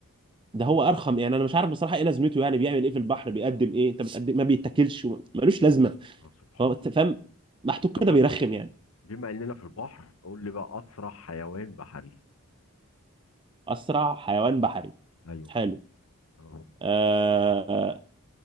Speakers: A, on the right; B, on the left.
A: ده هو ارخم يعني انا مش عارف بصراحه ايه لازمته يعني بيعمل ايه في البحر بيقدم ايه انت بتقدم إيه؟ ما بيتاكلش ملوش لازمه
B: آه سبحان
A: هو أنت
B: الله
A: فاهم محطوط
B: طب
A: كده بيرخم يعني
B: بما اننا في البحر قول لي بقى اسرع حيوان بحري
A: أسرع حيوان بحري
B: ايوه
A: حلو
B: اه
A: آه،